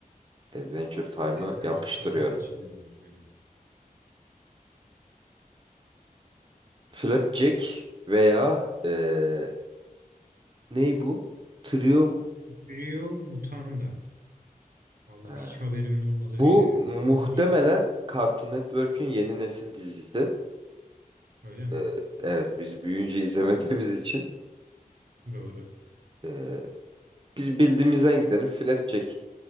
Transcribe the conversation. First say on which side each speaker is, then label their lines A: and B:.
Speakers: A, on the right; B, on the right.
A: Adventure Time'ı
B: Adventure
A: yapıştırıyorum.
B: Time'ı seçelim. Aynen.
A: Flapjack veya ee, ney bu? Trium.
B: Rio Mutanda. Vallahi
A: Ha.
B: hiç haberimin olmadığı
A: Bu
B: bir şey ya.
A: muhtemelen
B: Bu Neymiş ki?
A: Cartoon Network'ün yeni nesil dizisi.
B: Öyle mi?
A: Ee, evet, biz büyüyünce <laughs> izlemediğimiz için
B: Doğru.
A: ee, biz bildiğimizden gidelim. Flapjack.